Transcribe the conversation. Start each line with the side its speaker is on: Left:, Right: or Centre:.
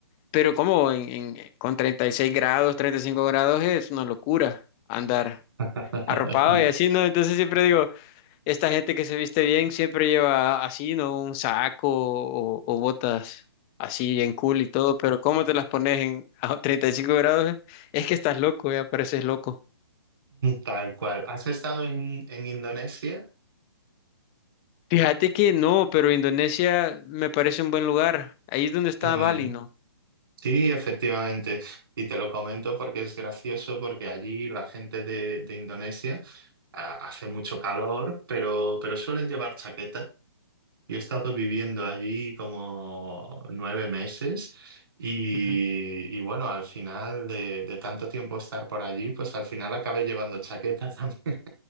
Left: pero como en, en- eh, con 36 grados, 35 grados es una locura andar
Right: <laughs>
Left: arropado y así, ¿no? Entonces siempre digo, esta gente que se viste bien siempre lleva así, ¿no? Un saco o, o botas así bien cool y todo, pero ¿cómo te las pones en a <laughs> 35 grados? Es que estás loco, ya pareces loco.
Right: Tal cual. ¿Has estado en, en Indonesia?
Left: Fíjate que no, pero Indonesia me parece un buen lugar. Ahí es donde está
Right: Mm,
Left: Bali, ¿no?
Right: sí, efectivamente. Y te lo comento porque es gracioso, porque allí la gente de, de Indonesia ah, hace mucho calor, pero, pero suelen llevar chaqueta. Yo he estado viviendo allí como nueve meses y,
Left: Ujú.
Right: y bueno, al final de, de tanto tiempo estar por allí, pues al final acabé llevando chaqueta también.